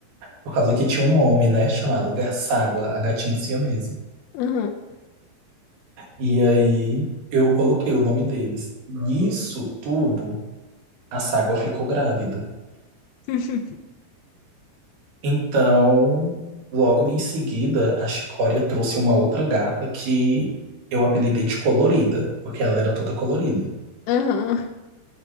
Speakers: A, on the right; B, on the left.
A: Por causa que tinha um nome, né, chamado Ga- Ságua, a gatinha siamesa.
B: aham,
A: E aí eu coloquei o nome deles. Nisso tudo, a Ságua ficou grávida.
B: <laughs>
A: Então, logo em seguida, a Chicória trouxe uma outra gata que eu apelidei de Colorida, porque ela era toda colorida.
B: aham.